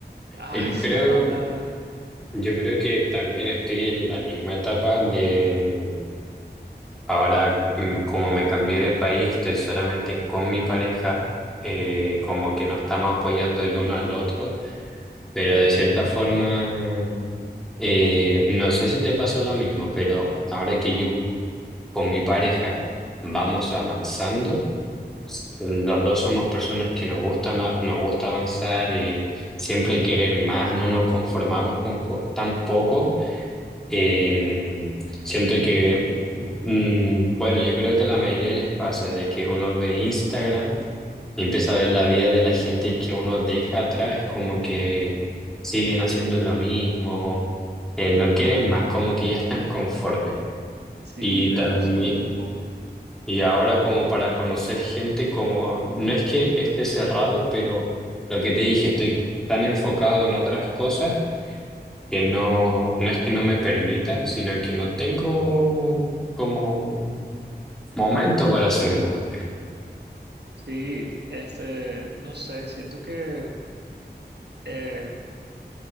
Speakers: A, on the right (about 75°); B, in the centre.
A: ay,
B: Y creo,
A: como hablar.
B: yo creo que también estoy en la misma etapa de Ahora, mm, como me cambié de país, estoy solamente con mi pareja, eh, como que nos estamos apoyando el uno al otro, pero de cierta forma, eh, no sé si te pasó lo mismo, pero ahora que yo con mi pareja vamos avanzando, los dos somos personas que nos gustan, a- nos gusta avanzar, eh, siempre querer más, no nos conformamos con co- tan poco. eh, Siento que Mm, bueno, yo creo que a la mayoría les pasa de que uno ve Instagram y empieza a ver la vida de la gente que uno deja atrás, como que siguen haciendo lo mismo, eh, no quieren más, como que ya están conformes.
A: Sí,
B: Y
A: me
B: también,
A: pasa lo mismo.
B: y ahora como para conocer gente, como no es que esté cerrado, pero lo que te dije, estoy tan enfocado en otras cosas que no, no es que no me permita, sino que no tengo como momento para hacerlo.
A: Sí, este, no sé, siento que eh,